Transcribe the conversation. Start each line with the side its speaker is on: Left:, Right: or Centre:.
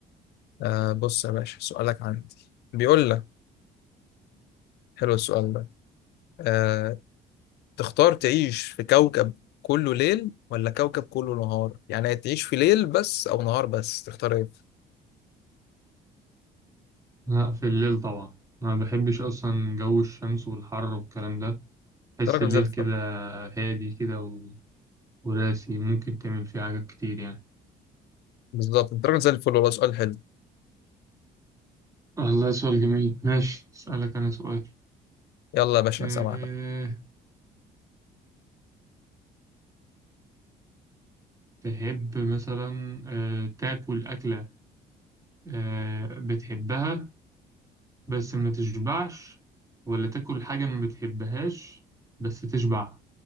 Left: آه بص يا باشا سؤالك عندي بيقول لك حلو السؤال ده آه تختار تعيش في كوكب كله ليل ولا كوكب كله نهار يعني تعيش في ليل بس أو نهار بس تختار إيه؟
Right: لا في الليل طبعا أنا ما بحبش أصلا جو الشمس والحر والكلام ده بحس
Left: أنت راجل
Right: الليل
Left: زي الفل
Right: كده هادي كده وراسي ممكن تعمل فيه حاجات كتير يعني
Left: بالظبط أنت راجل زي الفل والله سؤال حلو
Right: والله سؤال جميل ماشي أسألك أنا سؤال
Left: يلا يا باشا أنا
Right: أه
Left: سامعك
Right: تحب مثلا أه تاكل أكلة أه بتحبها بس ما تشبعش ولا تاكل حاجة ما بتحبهاش بس تشبع